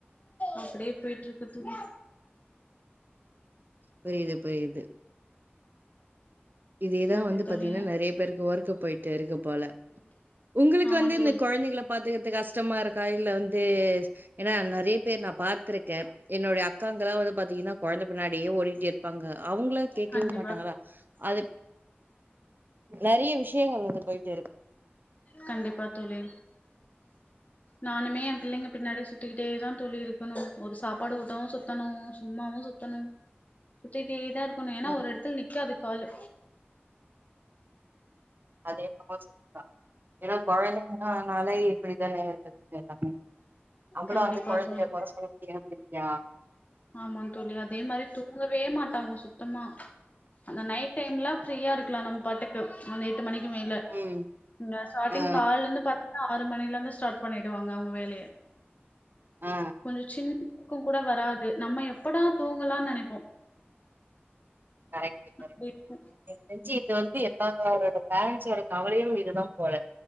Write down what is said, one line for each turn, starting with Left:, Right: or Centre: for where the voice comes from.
Left: அப்டியே போயிட்டு இருக்கு தோழி
Right: புரியுது புரியுது இதே
Left: சரிங்க
Right: தா வந்து
Left: தோழி
Right: பாத்தீங்கன்னா நெறைய பேருக்கு ஒர்க்கு போயிட்டு இருக்கு போல உங்குளுக்கு
Left: ஆமா
Right: வந்து இந்த
Left: தோழி
Right: கொழந்தைங்கள பாத்துக்குறது கஷ்டமா இருக்கா இல்ல வந்து ஏன்னா நறைய பேர் நா பாத் துருக்கே என்னுடைய அக்காங்களா வந்து பாத்தீங்கன்னா கொழந்த பின்னாடியே ஓடிட்டு இருப்பாங்க அவுங்களா கேக்கவே
Left: கண்டிப்பா
Right: மாட்டாங்களா அது நெறைய விஷயங்கள் வந்து போயிட்டு இருக்கு
Left: கண்டிப்பா தோழி நானுமே எ பிள்ளைங்க பின்னாடி சுத்திக்கிட்டே தா தோழி இருக்கணு ஒரு சாப்பாடு ஊட்டவு சுத்தணு சும்மாவு சுத்தணு சுத்திட்டே தா இருக்கணு ஏனா
Right: ம்.
Left: ஒரு எடத்துல நிக்காது காலு
Right: அது என்னமோ சரிதா ஏனா கொழந்தைங்களா ஆனாலே இப்டித் தானே இருக்குது எல்லாமே அவங்களு
Left: கண்டிப்பா
Right: வந்து கொழந்தைங்கள
Left: தோழி
Right: கொற சொல்ல முடியாது இல்லியா
Left: ஆமா தோழி அதேமாரி தூங்கவே மாட்டாங்க சுத்தமா அந்த நைட் டைம்லா ஃப்ரீயா இருக்கலா நம்ம பாட்டுக்கு அந்த எட்டு மணிக்கு மேல
Right: ம்.
Left: இங்க ஸ்டார்ட்டிங்
Right: ஆ.
Left: கால்ல இருந்து பாத்தீங்கனா ஆறு மணில இருந்து ஸ்டார்ட் பண்ணிடுவாங்க அவுங்க வேலைய
Right: ஆ.
Left: கொஞ்சோ சின்ன துக்கோகூட வராது நம்ம எப்படா தூங்கலான் நனைப்போ
Right: கரெக்ட்டு கரெக்ட்
Left: அப்டி இருக்கு
Right: எனக்கு தெரிஞ்சு இது வந்து எல்லாரோட பேரண்ட்ஸ்ஸோட கவலையு இதுதா போல